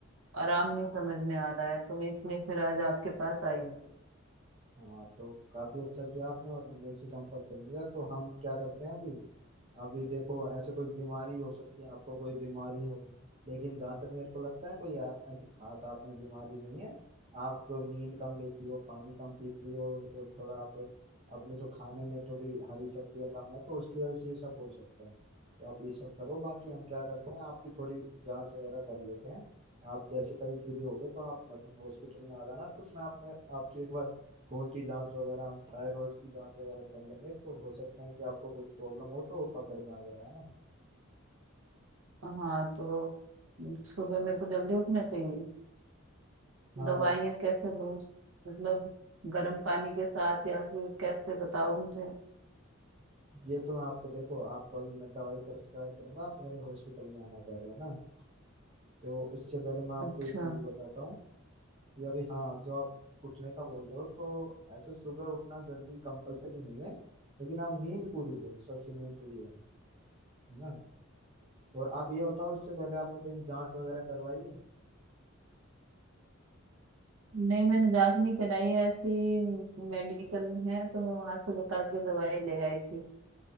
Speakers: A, on the right; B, on the right.
A: आराम नहीं समझ में आ रहा है तो मैं इसलिए फिर आज आपके पास आई हूँ
B: हाँ तो काफी अच्छा किया आपने मतलब मेरे से संपर्क कर लिया तो हम क्या करते हैं अभी अभी देखो ऐसे कोई बीमारी हो सकती है आपको कोई बीमारी हो लेकिन जहाँ तक मेरे को लगता है कोई ऐ- ऐसी खास आपने बीमारी नहीं है आप तो नींद कम लेती हो पानी कम पीती हो और थोड़ा आप अपने जो खाने में थोड़ी हरी सब्जियाँ कम है तो उसकी वजह से ये सब हो सकता है तो आप ये सब करो बाकी हम क्या करते हैं आपकी थोड़ी जांच वगैरह कर लेते हैं आप जैसे कभी फ्री होगे तो आप मतलब हॉस्पिटल में आ जाना तो उसमें आपने आपकी एक बार खून की जांच वगैरह हम थायराइड की जांच वगैरह कर लेंगे तो हो सकता है कि आपको कोई प्रॉब्लम हो तो वो पकड़ में आ जाए है ना
A: हाँ तो सुबह मेरे को जल्दी उठना चाहिए
B: हाँ
A: दवाइयाँ
B: मतलब
A: कैसे लूँ मतलब गर्म पानी के साथ या फिर कैसे बताओ मुझे
B: ये तो मैं आपको देखो आपको अभी मैं दवाई प्रिस्क्राइब करूंगा आप मेरे हॉस्पिटल में आना पहले है ना तो उससे पहले मैं आपको
A: अच्छा
B: एक चीज बताता हूँ कि अभी हाँ जो आप उठने का बोल रहे हो तो ऐसे सुबह उठना जल्दी कंपलसरी नहीं है लेकिन आप नींद पूरी लो सबसे मेन तो ये है है ना और आप ये बताओ इससे पहले आपने कहीं जांच वगैरह करवाई है
A: नहीं मैंने जांच नहीं कराई है ऐसी मेडिकल है तो मैं वहां से बता के दवाई ले आई थी